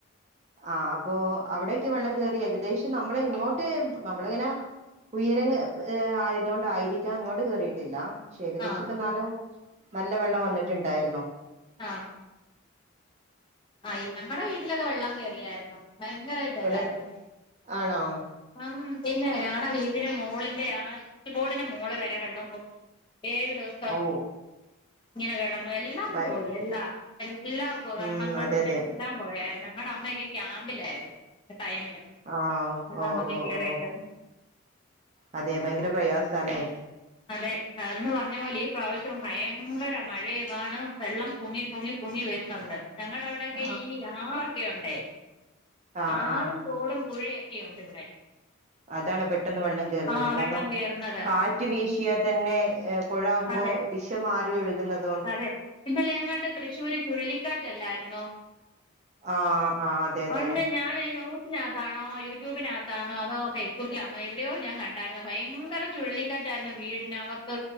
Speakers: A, on the right (about 30°); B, on the left (about 25°).
A: ആ അപ്പൊ അവിടെൊക്കെ വെള്ളം കേറി ഏകദേശം നമ്മള ഇങ്ങോട്ട് നമ്മളിങ്ങനെ. ഉയര ആയതൊണ്ടായിരിക്കാം അങ്ങോട്ട് കേറിയിട്ടില്ലക്ഷ ഏകദേശംക്കെ
B: ആ
A: എന്നാലും. നല്ല വെള്ളം വന്നിട്ടുണ്ടായിരുന്നു.
B: ആഹ് ആ ഞങ്ങളടെ വീട്ടിലത് വെള്ളം കേയറിയായിരുന്നു. ഭയങ്കരം ആയിട്ട്
A: വെള്ളം
B: എല്ലായിരുന്നു.
A: ആണോ
B: ആം പിന്നെ ഞങ്ങളടെ വീടിന് മോളിന്റെ ആ സ്വിച്ച് ബോർഡിന്റെ മോള് വരെ വെള്ളം പോയി ഏഴ് ദിവസം.
A: ഓ
B: ഇങ്ങനെ കിടന്നു എല്ലാം
A: ബൈ
B: പോയി എല്ലാ എല്ലാ ഉപകരണം
A: ഉം അതെ അതെ
B: എൻ പോയരുന്നു ഞങ്ങളുടെ അമ്മയക്കെ ക്യാമ്പിലായിരുന്നു ടൈമില്.
A: ആഹ്
B: എല്ലാ
A: ഓ
B: മങ്ങ
A: ഓ
B: കേറായിട്ട
A: ഓ അതെ ഭയങ്കര പ്രയാസ സലേ.
B: അതെ അന്ന് പറഞ്ഞ പോലെ ഈ പ്രാവശ്യം ഭയങ്കര മഴയും മണ്. വെള്ളം പുങ്ങി പുങ്ങി പുങ്ങി വരുന്നുണ്ട്. ഞങ്ങളുടെ അവിടെയൊക്കെ
A: ആഹ്
B: ഈ ആറൊക്കെ ഉണ്ട്.
A: ആഹ്
B: ആറ
A: ആഹ്
B: തോടും പുഴയൊക്കെയുണ്ട് ഇവിടെ.
A: അതാണ് പെട്ടെന്ന് വെള്ളം കേയറുന്നത്
B: ആ
A: കാരണം
B: വെള്ളം കേറുന്നത്
A: കാറ്റ് വീശിയാൽ തന്നെ. പുഴകുമ്പോ
B: അതെ
A: ദിശ്യ മാറി ഒഴുകുന്നത്.
B: അതെ ഇന്നലേങ്ങാണ്ട് തൃശ്ശൂര് ചുഴലിക്കാറ്റല്ലായിരുന്നോ.
A: ആഹ ആ അതെ അതെ
B: അല്ല ഞാൻ ഈ ന്യൂസിനകത്താണോ യൂട്യൂബിനകത്താണോ അതോ ഫേസ്ബുക്കിലാണോ എവിടെയോ ഞാൻ കണ്ടായിരുന്നു ഭയങ്കര ചുഴലി യിരുന്നു വീടിന് അക്കത്